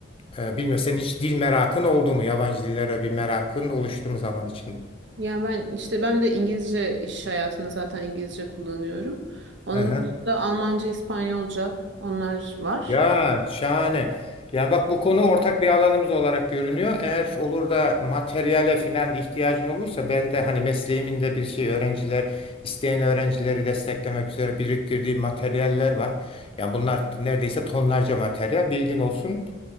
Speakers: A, on the left; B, on the right.
A: Ee, bilmiyorum senin hiç dil merakın oldu mu? Yabancı dillere bir merakın oluştu mu zaman içinde?
B: Yani ben işte ben de İngilizce iş hayatında zaten İngilizce kullanıyorum. Onun
A: Aha.
B: dışında Almanca, İspanyolca onlar var.
A: Ya şahane. Yani bak bu konu ortak bir alanımız olarak görünüyor. Eğer olur da materyale filan ihtiyacın olursa ben de hani mesleğimin de bir şey öğrenciler isteyen öğrencileri desteklemek üzere biriktirdiğim materyaller var. Yani bunlar neredeyse tonlarca materyal bilgin olsun